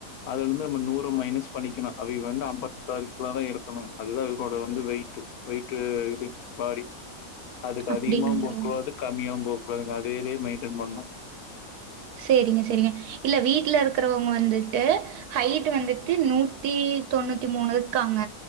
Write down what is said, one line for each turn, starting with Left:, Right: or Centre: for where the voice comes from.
Left: அதுல இருந்து நம்ம நூற மைனஸ் பண்ணிக்கணு அவிக வந்து அம்பத்தாறு கிலா தா இருக்கணு அதுதா இவரோட வந்து வெயிட் வெய்ட்டு இது பாடி அதுக்கு
Right: அப்படிங்களா?
Left: அதிகமாவு போக்கூடாது கம்மியாவு போக்கூடாதுங்க வேரே மென்ட்டன் பண்ணு
Right: சேரிங்க சேரிங்க இல்ல வீட்ல இருக்கிறவங்க வந்துட்டு ஹைட் வந்துட்டு நூத்தி தொண்ணூத்தி மூணு இருக்காங்க